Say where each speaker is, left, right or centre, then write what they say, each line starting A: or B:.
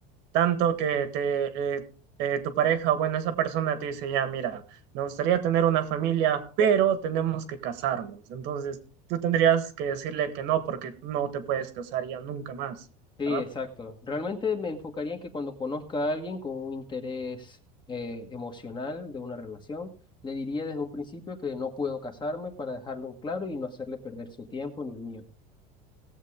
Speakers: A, on the right (about 65°); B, on the left (about 25°).
A: tanto que te, eh, eh, tu pareja o bueno, esa persona te dice, ya, mira, me gustaría tener una familia, pero tenemos que casarnos. Entonces, tú tendrías que decirle que no, porque no te puedes casar ya nunca más,
B: Sí,
A: ¿verdad?
B: exacto. Realmente me enfocaría en que cuando conozca a alguien con un interés eh, emocional de una relación, le diría desde un principio que no puedo casarme para dejarlo en claro y no hacerle perder su tiempo ni el mío.